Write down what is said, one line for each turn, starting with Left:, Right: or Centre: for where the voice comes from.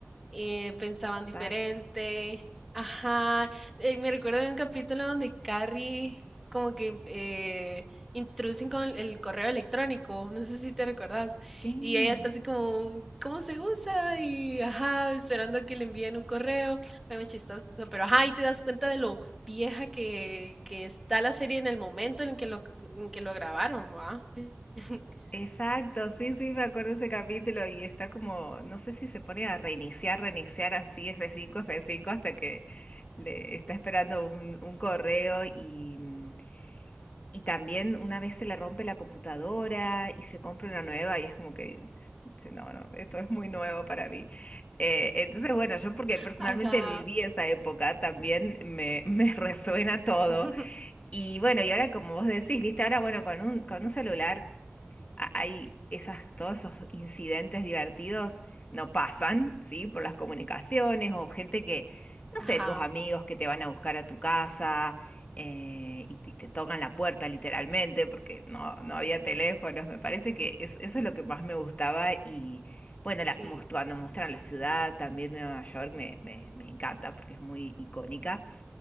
Centre: eh, pensaban diferente.
Left: Exacto.
Centre: Ajá, eh, me recuerdo de un capítulo donde Carrie como que eh, introducen con el correo electrónico, no sé si te recordás,
Left: Sí.
Centre: y ella está así como, ¿cómo se usa? Y ajá, esperando que le envíen un correo, fue muy chistoso, pero ajá, y te das cuenta de lo vieja que, que está la serie en el momento en que lo, en que lo grabaron, ¿va? <laughs>
Left: Exacto, sí, sí, me acuerdo ese capítulo y está como, no sé si se pone a reiniciar, reiniciar así f cinco f cinco hasta que le está esperando un, un correo y, mm, Y también una vez se le rompe la computadora y se compra una nueva y es como que, dice, no, no, esto es muy nuevo para mí. Eh, entonces, bueno, yo porque personalmente
Centre: Ajá,
Left: viví esa época, también me, <laughs> me resuena todo.
Centre: <laughs>
Left: Y bueno, y ahora como vos decís, viste, ahora bueno, con un, con un celular a- hay esas, todos esos incidentes divertidos no pasan, ¿sí? Por las comunicaciones o gente que, no
Centre: ajá,
Left: sé, tus amigos que te van a buscar a tu casa eh, y te, te tocan la puerta literalmente porque no, no había teléfonos. Me parece que es- eso es lo que más me gustaba y bueno, la,
Centre: sí,
Left: mos- cuando muestran la ciudad también de Nueva York me, me, me encanta porque es muy icónica.